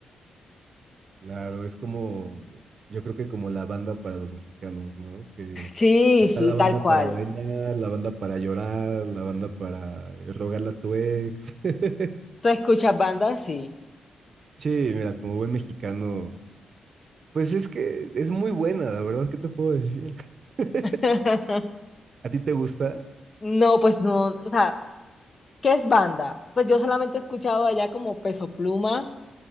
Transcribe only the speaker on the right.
Claro, es como, yo creo que como la banda para los mexicanos, ¿no? Que
está
la
banda
para bailar, la banda para llorar, la banda para eh, rogarle a tu ex. <laughs>
Sí, mira, como buen mexicano, pues es que es muy buena, la verdad, ¿qué te puedo decir? <laughs>
¿A ti te gusta?